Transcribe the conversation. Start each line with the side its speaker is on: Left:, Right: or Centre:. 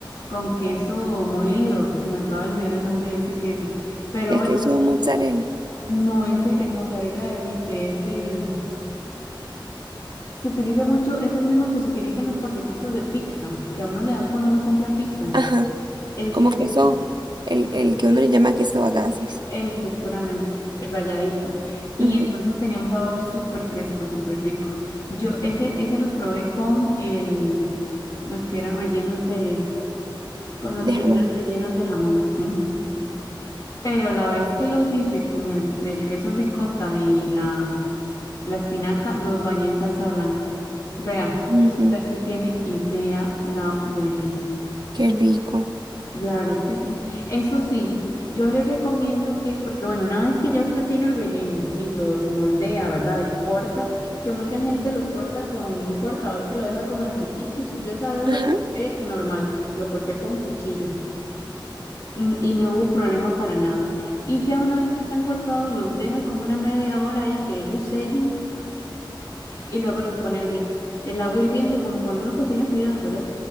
Left: con queso molido, se me acaba de olvidar el nombre de ese queso, pero
Right: el
Left: bueno,
Right: queso mozzarella.
Left: no es el, el mozzarella derrite, es el, se utiliza mucho, es el mismo que se utiliza en los paquetitos de pizza, que a uno le dan cuando uno compra pizza,
Right: Ajá.
Left: ese
Right: Como queso,
Left: queso.
Right: el, el que uno le llama queso a gases.
Left: eh, seguramente, el rayadito. Y
Right: Ujú,
Left: entonces tenía un sabor súper fresco, súper rico. Yo ese, ese los probé con el, los que eran rellenos de, con los
Right: De
Left: que
Right: jamón.
Left: eran rellenos de jamón. ujú. Pero la vez que los hice con el, el queso ricota y la, la espinaca, los bañé en salsa blanca. Vea,
Right: Ujú,
Left: usted no tiene idea la buenez.
Right: Qué rico.
Left: La verdad es que sí. Eso sí, yo le recomiendo que, porque bueno, una vez que ya usted tiene el relleno y los moldea, ¿verdad? Y corta, que mucha gente los corta con un cortador que lo deja como en piquitos. Yo esa vez
Right: Ajá,
Left: lo corté normal, lo corté con cuchillo mm, y no hubo problema para nada. Y ya una vez que están cortados, los deja como una media hora ahí que ellos sellen y luego los pone a hervir. El agua hirviendo, como cuando uno cocina fideos, ¿verdad?